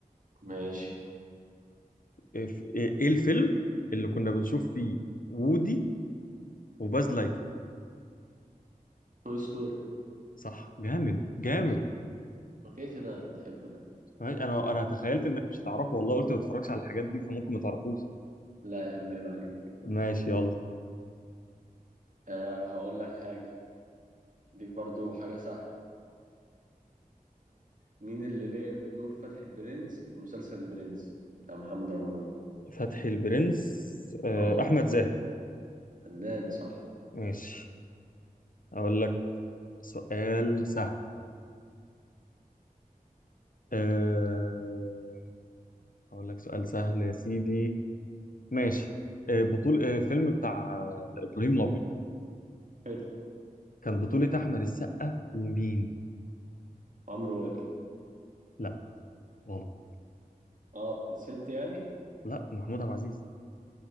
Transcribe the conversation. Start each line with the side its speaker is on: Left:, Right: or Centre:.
Right: ماشي
Left: إيه إيه الفيلم اللي كنا بنشوف فيه وودي وباز لايتر
Right: توي ستوري
Left: صح جامد جامد
Right: اوكي كده بنحبه ده
Left: ماشي أنا أنا تخيلت إنك مش هتعرفه والله قلت ما تتفرجش على الحاجات دي فممكن ما تعرفوش
Right: لا يا عم عيب عليك
Left: ماشي يلا
Right: أه هقول لك حاجة ديك برضو حاجة سهلة مين اللي لعب دور فتحي البرنس في مسلسل البرنس بتاع محمد رمضان
Left: فتحي البرنس آه،
Right: اه
Left: أحمد زاهر
Right: فنان صح
Left: ماشي أقول لك سؤال سهل آه، أقول لك سؤال سهل يا سيدي ماشي آه، بطول آه، فيلم بتاع إبراهيم الأبيض
Right: حلو
Left: كان بطولة أحمد السقا ومين؟
Right: عمرو واكد
Left: لا غلط
Right: اه ست يعني
Left: لا محمود عبد العزيز